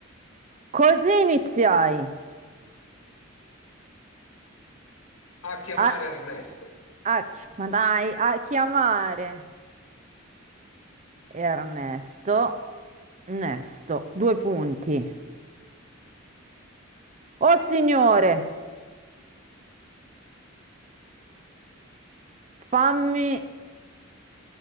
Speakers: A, on the right; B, on the left.
A: Così iniziai
B: a chiamare
A: a,
B: Ernesto.
A: a- ma dai, a chiamare Ernesto. Ernesto, due punti. Oh signore, fammi